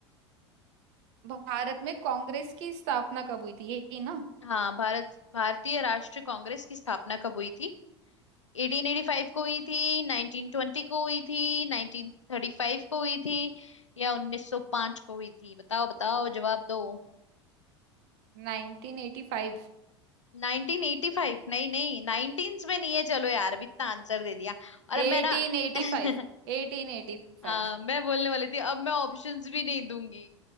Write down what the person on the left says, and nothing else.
हाँ भारत भारतीय राष्ट्रीय कांग्रेस की स्थापना कब हुई थी एटीन एटी फाइव को हुई थी नाइनटीन ट्वेंटी को हुई थी नाइनटीन थर्टी फाइव को हुई थी या उन्नीस सौ पांच को हुई थी बताओ बताओ जवाब दो
1985 नहीं नहीं 19s में नहीं है चलो यार अब इतना आंसर दे दिया और अब
मैं ना
<laughs>
हाँ मैं बोलने वाली थी अब मैं ऑप्शंस भी नहीं दूंगी